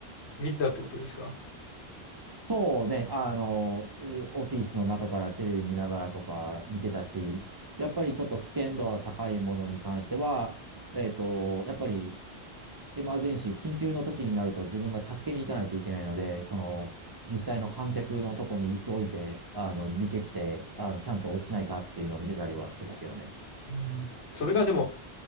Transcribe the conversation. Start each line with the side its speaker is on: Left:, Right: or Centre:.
Left: 見てたってことですか
Right: そうね、あの、えーオフィスの中からテレビ見ながらとか見てたし、やっぱりちょっと危険度が高いものに関しては、えっと、やっぱりエマージェンシー、緊急の時になると自分が助けに行かないといけないので、その、実際の観客のとこに椅子置いて、あの、見てって、あの、ちゃんと落ちないかっていうのを見てたりはしてたけどね。
Left: うん。それがでも、